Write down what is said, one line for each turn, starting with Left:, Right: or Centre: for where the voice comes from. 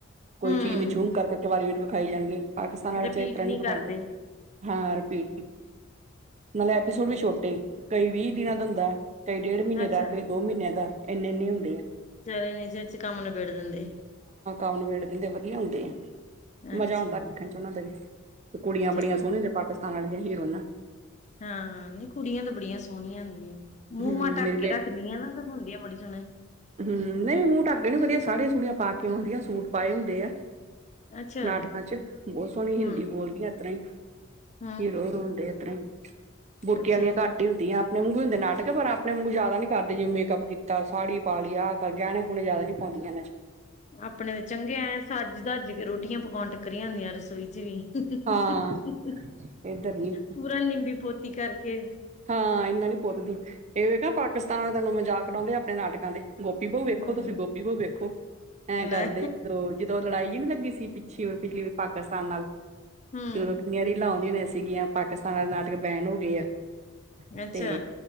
Right: ਕੋਈ
Left: ਹੂੰ
Right: ਚੀਜ਼ ਨੂੰ ਜੂਮ ਕਰਕੇ ਵਾਰੀ-ਵਾਰੀ ਵਿਖਾਈ ਜਾਣਗੇ। ਪਾਕਿਸਤਾਨ ਵਾਲੇ
Left: ਰਿਪੀਟ
Right: ਚ ਇਸ ਤਰਾ
Left: ਨਹੀਂ
Right: ਨਹੀ ਦੇਖੰਦੇ
Left: ਕਰਦੇ ਹੂੰ
Right: ਹਾ ਰਪੀਟ ਨਾਲੇ ਐਪੀਸੋਡ ਵੀ
Left: ਅੱਛਾ
Right: ਛੋਟੇ ਕਈ ਵੀਹ ਦਿਨਾਂ ਦਾ, ਹੁੰਦਾ ਕਈ ਡੇਢ ਮਹੀਨੇ
Left: ਅੱਛਾ
Right: ਦਾ, ਕਈ ਦੋ ਮਹੀਨਿਆਂ ਦਾ। ਇੰਨੇ-ਇੰਨੇ ਹੁੰਦੇ ਆ।
Left: ਜੀਦਾ ਏਨੀ ਚੀਰ ਕੰਮ ਨਬੇੜ ਦਿੰਦੇ
Right: ਹਾ ਨਬੇੜ ਦਿੰਦੇ ਵਧੀਆ ਹੁੰਦੇ ਆ,
Left: ਅੱਛਾ
Right: ਮਜ਼ਾ ਆਉਦਾ ਦੇਖਣ ਚ ਉਹਨਾਂ ਦੇ ਵੀ। ਤੇ ਕੁੜੀਆਂ
Left: ਚਲੋ
Right: ਬੜੀਆਂ ਸੋਹਣੀਆਂ ਹੁੰਦੀਆਂ ਪਾਕਿਸਤਾਨ ਵਾਲੀਆਂ, ਹੀਰੋਇਨ
Left: ਹਾਂ, ਨਹੀਂ! ਕੁੜੀਆਂ ਤਾਂ ਬੜੀਆਂ ਸੋਹਣੀਆਂ ਹੁੰਦੀਆਂ। ਮੂੰਹ
Right: ਹੂੰ
Left: ਮਾਂ ਢੱਕ
Right: ਮੇਰੀ
Left: ਕੇ ਰੱਖਦੀਆਂ ਨਾ, ਤੇ ਹੁੰਦੀਆ ਬੜੀ ਸੋਹਣੀਆਂ।
Right: ਹਮ, ਨਹੀਂ! ਮੂੰਹ ਢੱਕ ਕੇ ਨੀ, ਵਧੀਆ ਸਾੜੀਆਂ-ਸੂੜੀਆਂ ਪਾ ਕੇ ਆਉਂਦੀਆਂ, ਸੂਟ ਪਾਏ ਹੁੰਦੇ ਆ।
Left: ਅੱਛਾ
Right: ਨਾਟਕਾਂ 'ਚ ਬਹੁਤ ਸੋਹਣੀ ਹਿੰਦੀ
Left: ਹੂੰ
Right: ਬੋਲਦੀਆ, ਇਤਰ੍ਹਾਂ ਹੀ।
Left: ਹੂੰ
Right: ਹੀਰੋ ਹੁੰਦੇ ਇਸ ਤਰ੍ਹਾਂ ਹੀ ਬੁਰਕੀਆਂ
Left: ਅੱਛਾ
Right: ਵਾਲੀਆਂ ਘੱਟ ਹੁੰਦੀ ਆਪਣੇ ਵਾਂਗੂੰ ਹੀ, ਹੋਂਦੇ ਨਾਟਕ! ਪਰ ਆਪਣੇ ਵਾਂਗੂੰ ਜਾਦਾ ਨੀ ਕਰਦੇ, ਜਿਵੇਂ ਮੇਕਅਪ ਕੀਤਾ, ਸਾੜੀ ਪਾਲੀ ਆ ਕਰ ਗਹਿਣੇ-ਗੁਣੇ ਜ਼ਿਆਦਾ ਨੀ ਪਾਉਂਦੀਆਂ ਨੇ।
Left: ਆਪਣੇ ਤਾਂ ਚੰਗੇ ਐ, ਸੱਜ-ਦੱਜ ਕੇ ਰੋਟੀਆਂ ਪਕਾਉਣ ਟੱਕਰੀਆਂ ਹੁੰਦੀਆਂ ਰਸੋਈ 'ਚ ਵੀ। ਹਹ ਹਹ
Right: ਹਾਂ
Left: ਹਹ,
Right: ਇੱਧਰ ਨੀ
Left: ਪੂਰਾ ਲਿੰਬੀ-ਪੋਤੀ ਕਰਕੇ।
Right: ਹਾਂ, ਇੰਨਾ ਨੀ ਪੁੱਤਦੀ! ਇਹ ਵੀ, ਪਾਕਿਸਤਾਨ ਵਾਲੇ ਤੈਨੂੰ, ਮਜ਼ਾਕ ਉਡਾਉਂਦੇ ਆ ਆਪਣੇ ਨਾਟਕਾਂ ਦੇ। ਗੋਪੀ ਬਹੂ ਵੇਖੋ
Left: ਹੂੰ
Right: ਤੁਸੀਂ, ਗੋਪੀ ਬਹੂ ਵੇਖੋ! ਐਂ ਕਰਦੇ
Left: ਲੈ
Right: ਜਦੋਂ ਲੜਾਈ। ਨੀ ਲੱਗੀ ਸੀ ਪਿੱਛੇ, ਪਿਛਲੀ ਵਾਰੀ ਪਾਕਿਸਤਾਨ ਨਾਲ
Left: ਹੂੰ
Right: ਜਦੋਂ ਕਿੰਨੀਆਂ ਰੀਲਾਂ ਆਉਂਦੀਆਂ ਸੀਗੀਆਂ! ਪਾਕਿਸਤਾਨ ਵਾਲੇ ਨਾਟਕ ਬੈਨ ਹੋ ਗਏ ਆ।
Left: ਅੱਛਾ
Right: ਤੇ